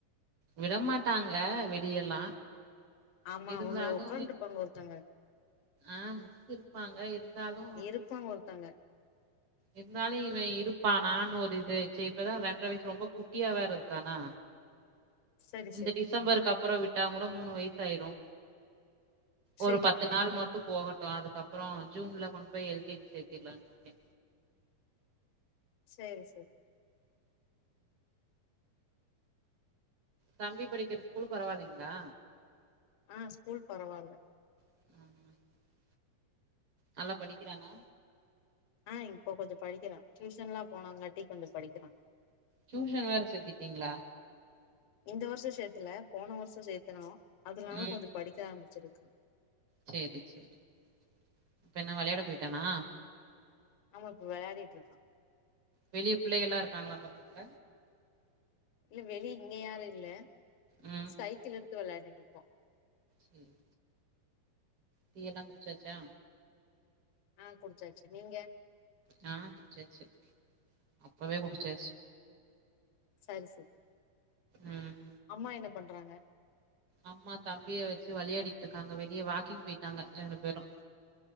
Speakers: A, on the right; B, on the left.
A: விடமாட்டாங்க வெளியல்லா
B: ஆமா
A: இருந்தாலு
B: அவங்க உக்காண்ட்ருப்பாங்க ஒருத்தங்க
A: ஆ மிஸ் இருப்பாங்க இருந் தாலு
B: இருப்பாங்க ஒருத்தங்க
A: இருந்தாலு இவே இருப்பானான்னு ஒரு இது சேரி இப்பதா ரெண்டர வயசு ரொம்ப குட்டியா வேற இருக்கானா
B: சரி
A: இந்த
B: சரி
A: டிசம்பருக்கு அப்பறோ விட்டா கூட மூணு வயசு ஆயிரு ஒரு
B: சரி
A: பத்து நாள் மட்டு போகட்டு அதுக்கப்பறோ ஜூன்ல கொண்டு போய் எல் கே ஜி சேத்திறலான்னு இருக்கே
B: சேரி சேரி
A: தம்பி படிக்கிற ஸ்கூல் பரவாஇல்லைங்ளா
B: அ ஸ்கூல் பரவால்ல
A: ஆ நல்லா படிக்கிறானா
B: ஆ இப்ப கொஞ்சோ படிக்கிறா டியூஷன்லா போனாங்காட்டி கொஞ்சோ படிக்கிறா
A: டியூஷன் வேற சேத்திட்டீங்ளா
B: இந்த வருஷோ சேத்தல போன வருஷோ சேத்துனோ அதுனால
A: ம்
B: கொஞ்சோ படிக்க ஆரம்பிச்சிருக்கா
A: சேரி சேரி இப்பென்ன வெளயாட போயிட்டானா
B: ஆமா இப்ப வெளாடிட்ருக்கா
A: வெளிய பிள்ளைகல்லா இருக்காங்களா பக்கத்துல
B: இல்ல வெளி இங்க யாரு இல்ல
A: ம்
B: சைக்கிள் எடுத்து வெளயாடிட்ருப்போ
A: சேரி டீயெல்லா குடிச்சாச்சா
B: ஆஹ் குடிச்சாச்சு நீங்க
A: நா குடிச்சாச்சு அப்பவே குடிச்சாச்சி
B: சரி சரி
A: ம்
B: அம்மா என்ன பண்றாங்க
A: அம்மா தம்பிய வச்சு வெளயாடிட்ருக்காங்க வெளிய வாக்கிங் போயிட்டாங்க ரெண்டு பேரு